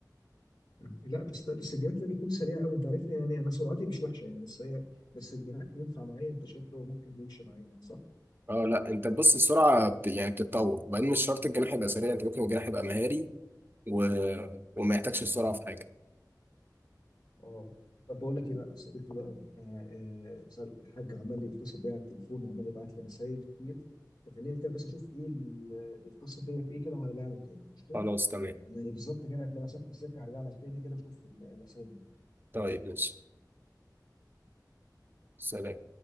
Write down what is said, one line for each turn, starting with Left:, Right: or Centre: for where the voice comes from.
Left: لا بس ده بس الجناح ده بيكون سريع قوي انت عارفني يعني انا سرعتي مش وحشه يعني بس هي بس الجناح ينفع معايا انت شايف له ممكن يمشي معايا يعني صح؟
Right: اه لا انت بص السرعة بت... يعني بتتطور وبعدين مش شرط الجناح يبقى سريع انت ممكن الجناح يبقى مهاري و... وما يحتاجش السرعة في حاجة
Left: اه طب بقول لك ايه بقى يا صديقي بقى آه، آه، الحاج عمال يتصل بيا على التليفون وعمال يبعت لي رسايل كتير فخليني كده بس اشوف ايه اللي بيتصل بيا في ايه كده وهرجع لك تاني قشطه
Right: خلاص تمام
Left: انا بالظبط كده هتلاقي مسافه السكه هرجع لك تاني كده اشوف الرسايل دي
Right: طيب ماشي سلام